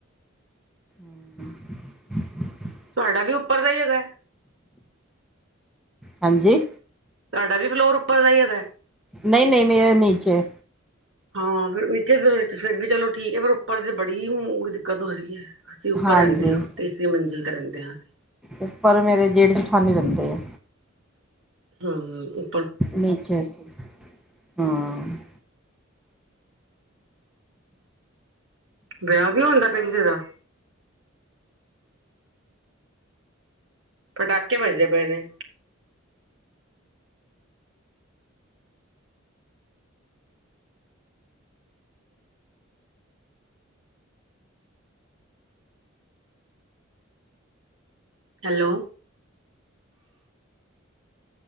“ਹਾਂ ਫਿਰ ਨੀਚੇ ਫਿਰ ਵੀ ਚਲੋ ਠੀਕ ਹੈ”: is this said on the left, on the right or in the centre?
Right